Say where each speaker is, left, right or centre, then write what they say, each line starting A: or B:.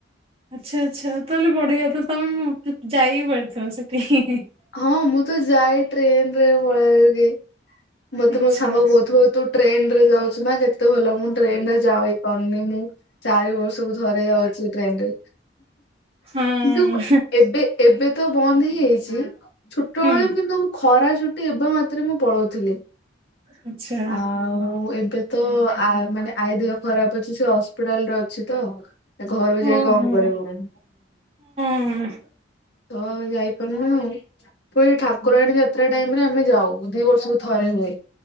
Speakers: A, on the right; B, on the left.
A: ଆଚ୍ଛା ଆଚ୍ଛା ତାହେଲେ ବଢିଗ ତ ତମେ ଯାଇକି ପାରିଥିବ ସେଠି।
B: ହଁ ମୁଁ ତ ଯାଏ ଟ୍ରେନ ରେ ପଳ କି ମତେ
A: ଆଚ୍ଛା।
B: ମୋ ସାଙ୍ଗ କହୁିବ ତୁ ଟ୍ରେନ ରେ ଯାଉଛିୁ ନା କେତେ ଭଲ ମୁଁ ଟ୍ରେନ ରେ ଯାଇ ପାରୁନି ମୁଁ। ଚାରି ବର୍ଷକୁ ଥରେ ଯାଉଛି ଟ୍ରେନ ରେ।
A: ହଁ।
B: କିନ୍ତୁ ଏବେ ଏବେ ତ ବନ୍ଦ ହେଇଯାଇଛି। ଛୋଟବେଳେ
A: ହୁଁ।
B: କିନ୍ତୁ ମୁଁ ଖରା ଛୁଟି ଏବେ ମାତ୍ରେ ମୁଁ ପଳଉଥିଲି।
A: ଆଚ୍ଛା
B: ଆଉ ଏବେ ତ ଆ ମାନେ ଆଇ ଦେହ ଖରାପ ଅଛି ସେ ହପିଟାଲରେ ଅଛି ତ ଘରକୁ ଯାଇ
A: ଓହୋ
B: କଣ କରିବୁ ହୁଁ।
A: ହଁ
B: ତ ଯାଇପାରୁନ ଆଉ ପୁଣି ଠାକୁରାଣୀ ଯାତ୍ରା ଟାଇମ ରେ ଆମେ ଯାଉ ଦି ବର୍ଷ ଭିତ ଥରେ ହୁଏ